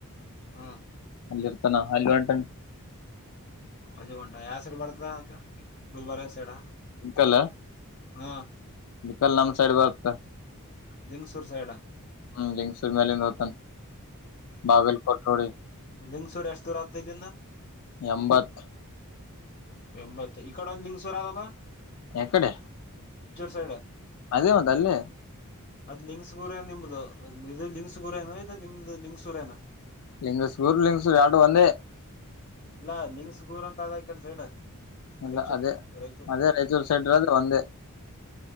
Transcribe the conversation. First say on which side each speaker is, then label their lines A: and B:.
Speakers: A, on the left; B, on the left.
A: ಹ್ಮ್
B: ನಲ್ಲಿರ್ತನ. ಹಲ್ ಹೊಂಟೇನೆ
A: ಅಲ್ಲಿ ಹೊಂಟ ಯಾವ ಸೈಡ್ ಬರ್ತ ಅದು ಗುಲ್ಬರ್ಗ ಸೈಡ.
B: ಕೊಲ
A: ಹ್ಮ್
B: ವಿಕಲ್ ನಮ್ ಸೈಡ್ ಬರುತ್ತ
A: ಲಿಂಗಸೂರ್ ಸೈಡ್
B: ಹ್ಮ್ ಲಿಂಗಸೂರ್ ಮೇಲ ಹ. ಮತ್ತ.
A: ಹ್ಮ್
B: ಬಾಗಲಕೋಟೆ ಒಳಗಡೆ
A: ಲಿಂಗಸೂರ್ ಎಷ್ಟ್ ದೂರ ಆತದ ಇಲ್ಲಿಂದ
B: ಎಂಬತ್
A: ಎಂಬತ್ತು ಇ ಕಡೆ ಒಂದ ಲಿಂಗಸೂರ ಅದ ಅಲ್ಲ.
B: ಯಾಕಡೆ
A: ಸೈಡ್
B: ಅದೇ ಹೌದು ಆಲ್ಲೇ.
A: ಅದ್ ಲಿಂಗಕ್ಸ್ ಗುರೇ ನಿಮ್ದು ಇದು ಲಿಕ್ಸ್ ಗುರೇನ ಇದು ನಿಮ್ದು ಲಿಂಕ್ಸ್ ಗುರೇನ.
B: ಲಿಂಗಸೂರ ಊರು ಲಿಂಗಸೂರ ಎರಡು ಒಂದೆ
A: ಇಲ್ಲ ಲಿಂಗಕ್ಸ್ ಗೂರ್ ಅಂತ ಅದ ಇಕಡೆ ಸೈಡ್.
B: ಇಲ್ಲ
A: ರಾಯಚೂರ್
B: ಅದೇ
A: ರಾಯಚೂರ್
B: ಅ ರಾಯಚೂರು ಸೈಡ್ದ ಒಂದೆ.